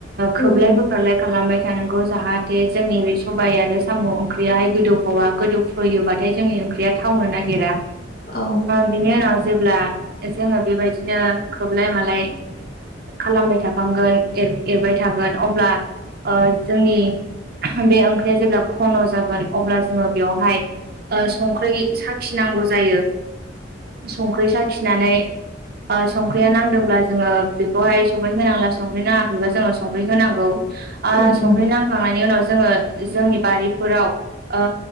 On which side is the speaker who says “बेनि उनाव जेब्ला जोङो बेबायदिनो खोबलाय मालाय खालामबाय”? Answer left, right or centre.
Right